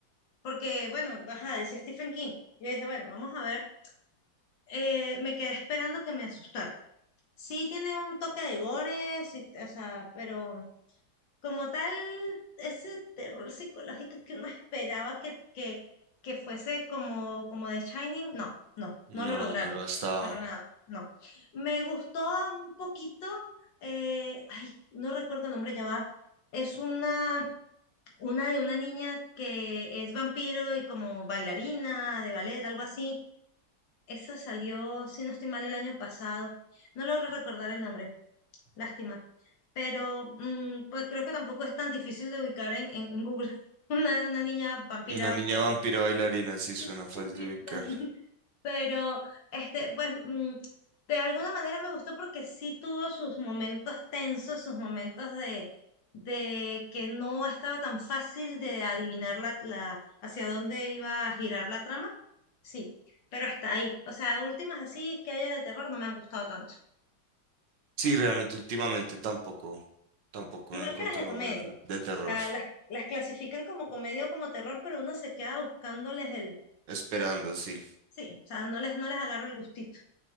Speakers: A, on the left; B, on the right.
A: porque, bueno, ajá, decía Stephen King. Yo dije, bueno, vamos a ver. Eh, me quedé esperando que me asustara. Sí tiene un toque de gore, sí, o sea, pero como tal, ese terror psicológico que uno esperaba que, que, que fuese como, como The Shining, no, no, no
B: No,
A: lo lograron,
B: no lo estaba.
A: para nada, no. Me gustó un poquito, eh, ay, no recuerdo el nombre, ya va, es una, una de una niña que es vampiro y como bailarina de ballet, algo así. Esa salió, si no estoy mal, el año pasado. No logro recordar el nombre lástima. Pero mm, pues creo que tampoco es tan difícil de ubicar en, en, en Google <laughs> una, una niña vampira,
B: Una niña
A: pues.
B: vampiro bailarina, sí suena
A: <laughs>
B: fácil
A: sí, sí,
B: de ubicar.
A: tan- Pero, este, pues, mm, de alguna manera me gustó porque sí tuvo sus momentos tensos, sus momentos de, de que no estaba tan fácil de adivinar la, la, hacia dónde iba a girar la trama. Sí, pero hasta ahí. O sea, últimas así que haya de terror no me han gustado tanto.
B: Sí, realmente últimamente tampoco, tampoco
A: Igual
B: he encontrado
A: que las de comedia.
B: buenas de,
A: O
B: de terror.
A: sea, las, las clasifican como comedia o como terror, pero uno se queda buscándoles el...
B: Esperando, sí.
A: Sí, o sea, no les, no les agarra el gustito.